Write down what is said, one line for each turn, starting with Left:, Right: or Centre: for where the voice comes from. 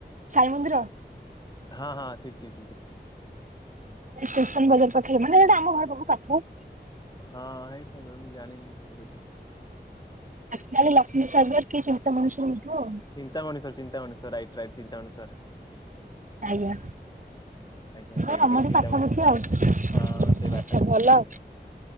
Right: ସାଇ ମନ୍ଦିର?
Left: ହଁ ହଁ ଠିକ ଠିକ୍ ଠିକ୍ ଠିକ୍।
Right: ଏ ଷ୍ଟେସନ ବଜାର ପାଖରେ ମାନେ ଏଇଟା ଆମ ଘର ପାଖକୁ ପାଖ।
Left: ହଁ ହେଇଥାଇ ପରେ ମୁଁ ଜାଣିନି ତୁ କେଟି।
Right: ଆଜି କାଲି ଲକ୍ଷ୍ମୀ ସାଗର କି ଚିନ୍ତା ମଣିଷ ହେଇଥିବ ଆଉ।
Left: Chintamani sir Chintamani sir right right Chintamani sir.
Right: ଆଜ୍ଞା।
Left: ଆଜ୍ଞା ସେଇଠି
Right: ହଁ ଆମର
Left: ସେଇଠି ଚିନ୍ତାମଣି
Right: ପାଖାପାଖି
Left: ସର।
Right: ଆଉ
Left: ହଁ ସେଇ ପାଖରେ
Right: ଆଛା ଭଲ